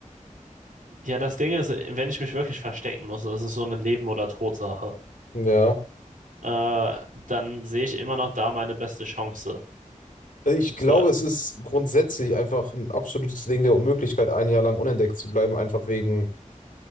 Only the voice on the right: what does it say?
Ja, das Ding ist, wenn ich mich wirklich verstecken muss, das ist so eine Leben- oder Tod-Sache,
äh, dann sehe ich immer noch da meine beste Chance.
So,